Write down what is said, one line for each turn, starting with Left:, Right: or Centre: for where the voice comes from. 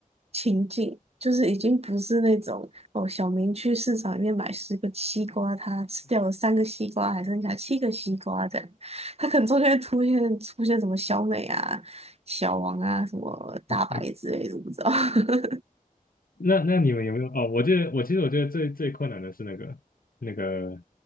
Right: 情境，就是已经不是那种哦，小明去市场里面买十个西瓜，他吃掉了三个西瓜，还剩下七个西瓜这样，他可能中间出现出现什么小美啊、小王啊、什么大白之类的，
Left: 呃
Right: 我不知道。<laughs>
Left: 那那你们有没有？哦，我觉得我其实我觉得最最困难的是那个那个